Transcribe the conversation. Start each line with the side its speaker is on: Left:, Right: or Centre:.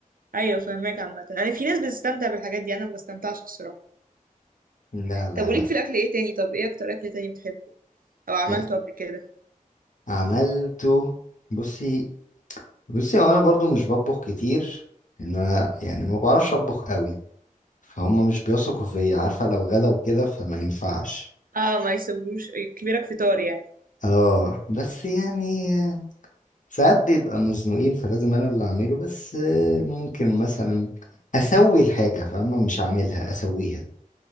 Right: ايوه فهماك عامه يعني في ناس بتستمتع بالحاجات دي انا ما بستمتعش الصراحه
Left: لا لا
Right: طب وليك
Left: لا
Right: في الاكل ايه تاني طب ايه اكتر اكل تاني بتحبه او عملته
Left: إيه،
Right: قبل كده
Left: عملته بصي بصي هو انا برضو مش بطبخ كتير انا يعني ما بعرفش اطبخ قوي فهم مش بيثقوا فيا عارفه لو غدا وكده فما ينفعش
Right: اه ما يسيبوش كبيرك في طار يعني
Left: اه بس يعني ساعات بيبقى مزنوقين فلازم انا اللي اعمله بس آه، ممكن مثلا اسوي الحاجة فاهمة مش هعملها اسويها